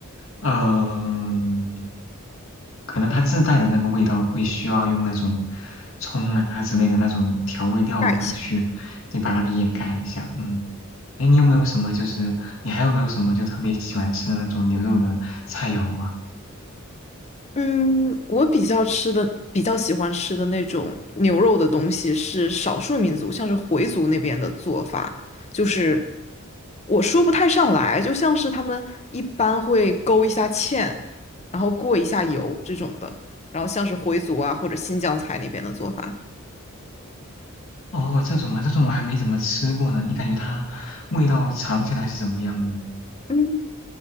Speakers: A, on the left; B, on the left.
A: 嗯、可能它自带的那个味道会需要用那种葱啊之类的那种调味料啊去，
B: 尬一下。
A: 对，把它给掩盖一下。嗯，哎，你有没有什么就是你还有没有什么就特别喜欢吃的那种牛肉的菜肴啊？
B: 嗯，我比较吃的比较喜欢吃的那种牛肉的东西是少数民族，像是回族那边的做法，就是我说不太上来，就像是他们一般会勾一下芡，然后过一下油这种的，然后像是回族啊或者新疆菜那边的做法，
A: 哦，这种啊，这种我还没怎么吃过呢。你感觉它味道尝起来是怎么样的呢？
B: 嗯，